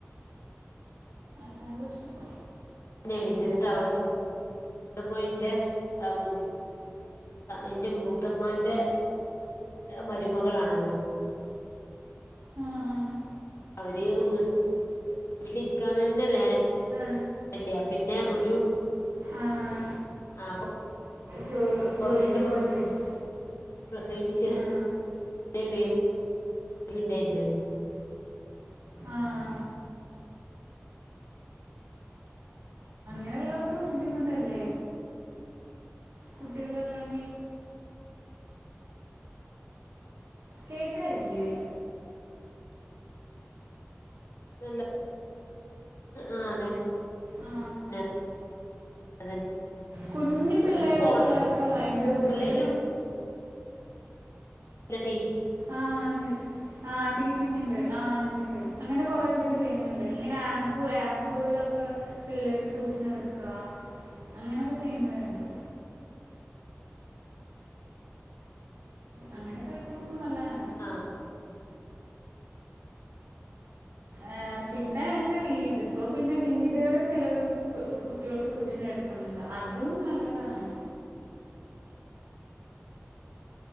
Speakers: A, on the right; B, on the left.
A: അതാണ് പ്രശ്നം.
B: അല്ല ന്നിട്ട് അവള് ഇപ്പൊ ഇന്റെ ആഹ് മൂത്താ. <inaudible> എന്റെ മൂത്തമാന്റെ മരുമകളാണ് അവര്.
A: ആ
B: അവര് വീട്ടിലിരിക്കാനന്നെ നേരല്യ
A: ആ
B: പിന്നെ ഒരു.
A: ആഹ്.
B: ആപ്പൊ.
A: ജോ. ജോലിക്ക്
B: ഓരോരത്ത്
A: പോകേണ്ടി
B: പ്പോ
A: വരും
B: പ്രസവിയിച്ച് ചെറിയ
A: ആ
B: ബേബി. അത് പിന്നായിരുന്ന്. <unintelligible>
A: ആഹ്. അങ്ങനെള്ളോർക്ക് ബുദ്ധിമുട്ടല്ലേ.. കുട്ടികളളൊള്ളങ്കി കേക്കല്യേ.
B: നല്ല ആ അതന്നെ
A: ആ,
B: നെ <inaudible> അതന്നെ.
A: കുഞ്ഞിപിള്ളേരൊക്കെ
B: ഇപ്പൊ
A: ഇള്ളവർക്ക ഭയങ്കര ബുദ്ധിമുട്ട്.
B: ഓൺലൈനിലും ല ടീച്ച.
A: ആഹ് ണ്ട് ആഹ്. ടീച്ചിങ് ഇണ്ട്. ആ ഇണ്ട് ഇണ്ട് അങ്ങനെ കൊറെ പേര് ചെയ്യുന്നുണ്ട്. ഇങ്ങനെ ആപ്പ് ആപ്പ്കൾലൊക്കെ. പിള്ളേർക്ക് ട്യൂഷൻ എടുക്കാ.. അങ്ങനൊക്കെ ചെയ്യുന്നോര്ണ്ട്. അങ്ങനെയൊക്കെ വെച്ച് നോക്കുമ്പോ നല്ലാണ്.
B: ആഹ്.
A: ഏഹ് പിന്നെന്നെ വീട് ഇപ്പൊ പിന്നെ വീടുകളില് ചെലൊര് കു കുട്ട്യേള്ക്ക് ട്യൂഷൻ എടു. ക്കുന്നുണ്ട് അതും നല്ലതാണ്.